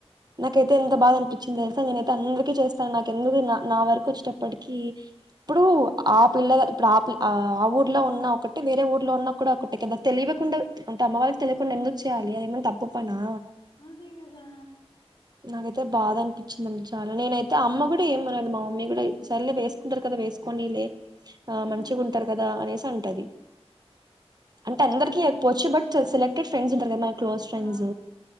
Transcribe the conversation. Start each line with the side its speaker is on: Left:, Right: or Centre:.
Right: నాకైతే ఎంత బాధ అనిపించింది తెలుసా నేనయితే అందరికస్త, స నాకు ఎందుకు నా నా వరకు వచ్చేటప్పటిక, ఇప్పుడు ఆ పిల్ల ఇప్పుడు ఆ ప ఆ ఊర్లో ఉన్న ఒకటిే వేరే ఊర్లో ఉన్నా కూడా ఒక, క తెలియకుండా అంటే అమ్మ వాళ్ళకి తెలియకుండా ఎందుకు చేయాలి అద ఏమన్నా తప్పు పనా,
Left: అదే కదా
Right: నాకైతే బాధ అనిపించిందండి చాలా నేనైతే అయిే అమ్మ కూడా ఏమనది మా మమ్మీ కూడా సల్లలే వేసుకుంటారు కదా వేసుకొని లే, ఆ
Left: ఉమ్
Right: మంచిగా ఉంటారు కదా అనేసి అంటది. అంటే
Left: మనం
Right: అందరికిీ
Left: అట్లా
Right: ఎపోవచ్చు బట్ సెలెక్టెడ్ ఫ్రెండ్స్ ఉంటారు కదా మన క్లోజ్ ఫ్రెండ్స్.
Left: ఆ